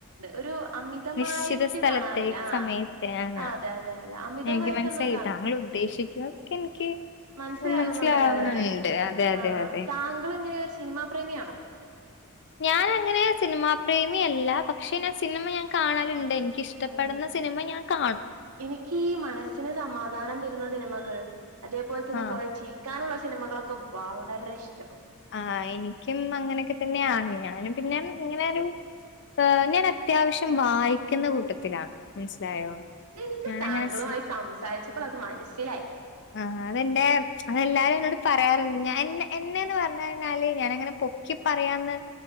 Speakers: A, on the right (about 80°); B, on the left (about 55°).
A: ഒരു അമിതമായിട്ട്
B: നിശ്ചിത സ്ഥലത്തെ
A: കാണാറില്ല ആഹ്
B: സമയത്ത ആ
A: ആഹ് അതെ അതെ അതെ അമിതമായിട്ടൊന്നും
B: എനിക്ക് മനസ്സിലായി താങ്കൾ ഉദ്ദേശിക്കുക എനിക്ക്
A: മനസ്സിലാകുന്നുണ്ടല്ലോല്ലോ
B: മനസ്സിലാവണുണ്ട്.
A: അല്ലെ
B: അതെ, അതെ,
A: ആ
B: അതെ.
A: താങ്കള് എങ്ങനെയൊ ഒരു സിനിമാ പ്രേമിയാണോ
B: ഞാനങ്ങനെ സിനിമാ പ്രേമിയല്ല പക്ഷെ ഞാൻ സിനിമ ഞാൻ കാണാലുണ്ട് എനിക്കിഷ്ടപ്പെടുന്ന
A: ഉം
B: സിനിമ ഞാൻ കാണും
A: എനിക്ക് ഈ മനസ്സിന് സമാധാനം തരുന്ന സിനിമകൾ അതേപോലെ തന്നെ
B: ആ.
A: കുറ ചിരിക്കാനുള്ള സിനി സിനിമകളൊക്കെ വളരെ ഇഷ്ടമാണ്
B: ആ എനിക്കും അങ്ങനെയൊക്കെ തന്നെയാണ് ഞാനും പിന്നെ ഇങ്ങനെ ഒരു ഞാൻ അത്യാവശ്യം വായിക്കുന്ന കൂട്ടത്തിലാണ് മനസ്സിലായോ
A: എനിക്ക്
B: ഞാനങ്ങനെ
A: താങ്കളുമായി
B: സ്
A: സംസാരിച്ചപ്പോൾ അത് മനസ്സിലായി
B: ആ അതെന്റെ അതെല്ലാരും എന്നോട് പറയാറുണ്ട് ഞാൻ എന്നെന്ന് പറഞ്ഞഞ്ഞാല് ഞാനങ്ങനെ പൊക്കി പറയാന്ന്